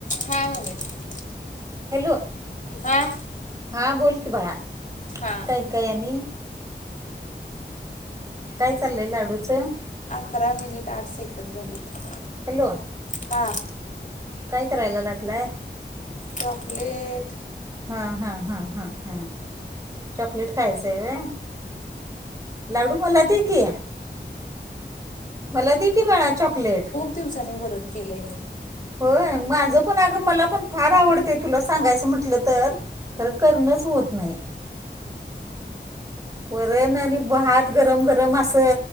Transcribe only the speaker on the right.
हॅलो. !!
हा बोल की बाळा,
काय काय यांनी, काय चाललंय लाडूचं?
हॅलो.
काय करायला लागलाय?
हा हा हा हा हा, चॉकलेट खायचं हाय वय. लाडू मलादी की ‌. मला दे की, बाळा चॉकलेट.
होय, माझं पण अगं मला पण फार आवडतय, तुला म्हटलं खरं करणंच होत नाही. वरण आणि आणि भात गरम गरम अस,